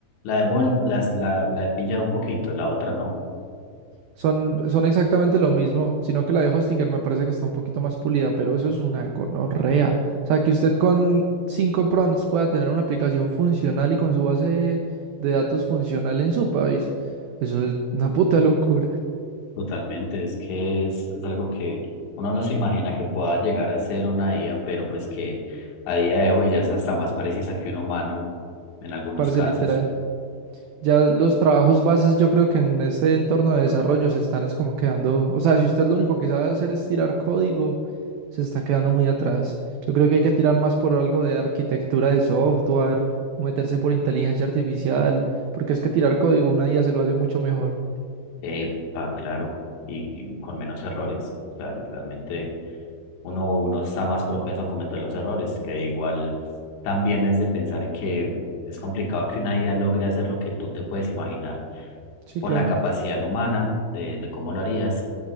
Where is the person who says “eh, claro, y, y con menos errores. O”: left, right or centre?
Left